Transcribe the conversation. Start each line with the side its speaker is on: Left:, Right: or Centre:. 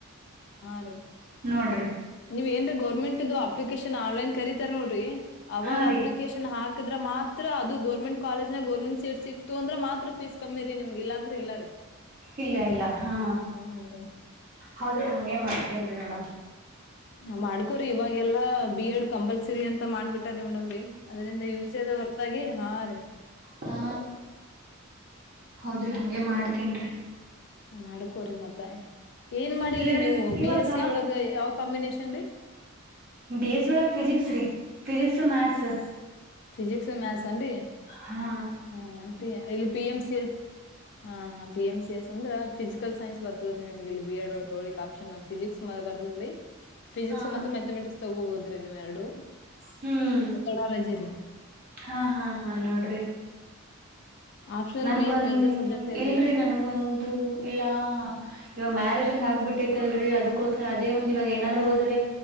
Left: ಹಾ ರೀ
Right: ನೋಡ್ರಿ
Left: ನೀವ್ ಏನ್ರೀ ಗೌರ್ಮೆಂಟ್ದು ಅಪ್ಲಿಕೇಶನ್ ಆನ್ಲೈನ್ ಕರೀತಾರ ನೋಡ್ರಿ ಅವಾಗ
Right: ಹಾ ರೀ
Left: ಅಪ್ಲಿಕೇಶನ್ ಹಾಗ್ <unintelligible> ಮಾತ್ರ ಅದು ಗರ್ಮಂಟ್ ಕಾಲೇಜ್ ನ ಗರ್ಮೆಂಟ್ ಸೀಟ್ ಸಿಕ್ ತು <unintelligible> ಅಂದ್ರ ಮಾತ್ರ ಫೀಸ್ ಕಮ್ಮಿ ರೀ ನಿಮ್ಗೆ ಇಲ್ಲಾಂದ್ರೆ ಇಲ್ಲ ರೀ
Right: ಇಲ್ಲ ಇಲ್ಲ ಹಾ
Left: ಹ್ಮನ್ರಿ
Right: ಹೌದ್ರಿ ಹಂಗೆ ಮಾಡ್ತೇನ್ರಿ ನೋಡ
Left: <unintelligible> ಮಾಡ್ಕೊರಿ ಇವಾಗ ಎಲ್ಲ ಬಿ ಎಡ್ ಕಂಪಲ್ಸ <unintelligible> ಸಿರಿ ಅಂತ ಮಾಡ್ಬಿಟ್ಟಾರೆ ಮೇಡಮ್ ಅದರಿಂದ ಯೂಸದ <unintelligible> ಹೊರ್ತಾಗಿ ಹಾ ರೀ
Right: ಹಾ ಹೌದ್ರಿ ಹಂಗೆ ಮಾಡ್ತೇನ್ರೀ
Left: ನ ಮಾಡ್ಕೋರಿ ಮತ್ತ ಏನ್ ಮಾಡಿರಿ
Right: ಇಲ್ಲರಿ
Left: ನೀವು
Right: ಇವಾಗ
Left: ಬಿ ಎಸ್ ಸಿ ಒಳಗ ಯಾವ ಕಾಂಬಿನೇಷನ್ ರೀ
Right: ಬಿ ಎಸ್ ಸಿ ಒಳ್ಗ್ ಫಿಜಿಕ್ಸ್ ರೀ ಫಿಜಿಕ್ಸ್ ಮ್ಯಾಥ್ಸ್
Left: ಫಿಸಿಕ್ಸ್ ಮ್ಯಾಥ್ಸ್ ಅಂಡೀ <unintelligible>
Right: ಹಾ
Left: ಹಾ <unintelligible> ಇಲ್ಲಿ ಪಿ ಎಂ ಸಿ ಎಸ್ ಹಾ ಹಾ ಪಿ ಎಂ ಸಿ ಎಸ್ ಅಂದ್ರ ಫಿಸಿಕಲ್ ಸೈನ್ಸ್ ಬರ್ತದರಿ ನಿಮಗೆಲ್ಲಿ ಬಿ ಎಡ್ ತಗೋಳಿಕ್ <unintelligible> <unintelligible> ಫಿಸಿಕ್ಸ್ ಬರ್ದ್ರ ಫಿಸಿಕ್ಸ್
Right: ಹಾ
Left: ಮತ್ತು ಮ್ಯಾಥಮೆಟಿಕ್ಸ್ ತಗೋಬೋದ್ರಿ ನೀವು ಎರಡು
Right: ಹ್ಮ್
Left: ಮೆಥಡಾಲಜಿ ರೀ
Right: ಹಾ ಹಾ ಹಾ ನೋಡ್ರಿ
Left: ಆಪ್ಷನಲ್
Right: ನನ್ಗೊಂದ
Left: ಮೇನ್ ಮೇಜರ್ ಸಬ್ಜೆಕ್ಟ್ ಇರ್ಬೇಕ್ರಿ
Right: ಇಲ್ರಿ ನನ್ಗೊಂದು ಇಲ್ಲ ಇವ ಮ್ಯಾರೇಜ್ ಒಂದ ಆಗ್ಬಿಟ್ಟೈತ್ತಲ್ರರಿ ಅದಕೋಸ್ಕರ ಅದೇ ಒಂದ ಇವಾಗ ಏನಾದ್ರು ಹೋದ್ರಿ